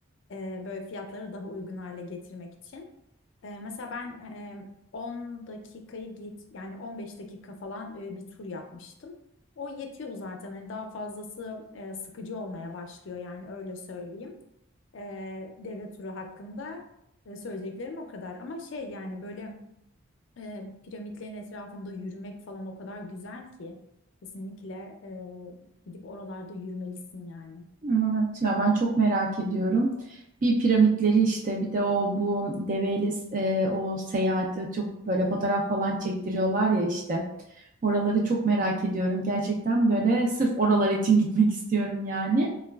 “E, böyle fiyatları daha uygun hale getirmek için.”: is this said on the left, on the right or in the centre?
Left